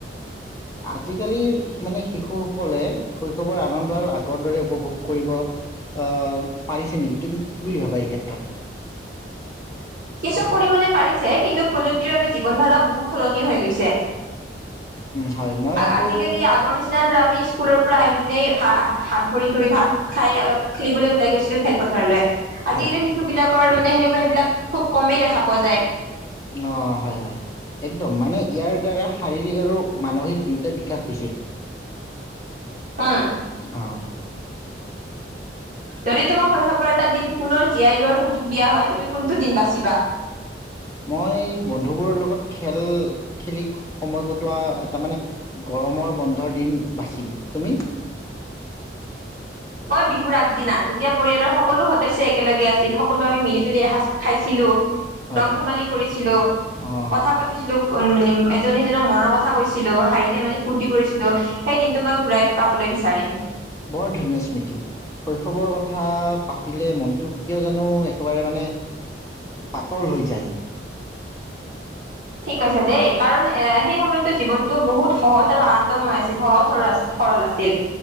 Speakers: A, on the left; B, on the right.
A: আজি কালি মানে শিশুসকলে শৈশৱৰ আনন্দ আৰু আগৰ দ উপভোগ কৰিব আহ পাৰিছে নেকি তুমি কি বুলি ভাবা এই ক্ষেত্ৰত।
B: কিছু পৰিমাণে পাৰিছে কিন্তু প্ৰযুক্তিৰ বাবে জীৱন ধাৰাও বহুত সলনি হৈ গৈছে?
A: হয় মই ভাবোঁ।
B: আজিকালি আগৰ নিচিনা ধৰা আমি স্কুলৰ পৰা আহি কিনে ভ হাত ভৰি ধৰি ভাত খাই অলপ খেলিবলৈ ওলাই গৈছিলো খেলপথাৰলৈ। আজিৰে
A: হয়
B: শিশুবিলাক? মানে সেনেকা সেইবিলাক। খুব কমেই দেখা পোৱা যায়।
A: অ হয় হয় একদম মানে ইয়াৰ দ্বাৰা শাৰীৰিক আৰু মানসিক দুয়োটা বিকাশ হৈছিল?
B: উম
A: অ <unintelligible> <unintelligible>
B: যদি তোমাক শৈশৱৰ এটা দিন পুনৰ জীয়াই লোৱাৰ সুযোগ দিয়া হয় তুমি কোনটো দিন বাচিবা।
A: মই বন্ধুবোৰৰ লগত খেল খেলি সময় কটোৱা এটা মানে গৰমৰ বন্ধৰ দিন বাচিম তুমি।
B: মই বিহুৰ আগদিনা যেতিয়া পৰিয়ালৰ সকলো সদস্যয় একেলগে আছিল সকলো আমি মিলিজুলি এসাঁজ খাইছিলোঁ?
A: হয়
B: ৰং ধেমালি কৰিছিলো
A: অ
B: কথা পাতিছিলো? মই এজন সিজনক মনৰ কথা কৈছিলো হাঁহি ধেমালিত ফূুৰ্তি কৰিছিলো সেই দিনটো মই ঘূৰাই পাবলৈ বিচাৰিম
A: বৰ ধুনীয়া স্মৃতি শৈশৱৰ কথা পাতিলে মনটো কিয় জানো একেবাৰে মানে পাতল হৈ যায়
B: ঠিক কৈছে দেই কাৰণ এ সেই সময়তো জীৱনতটো বহুত সহজ আৰু আনন্দময় আছিল সহজ সৰল সৰল আছিল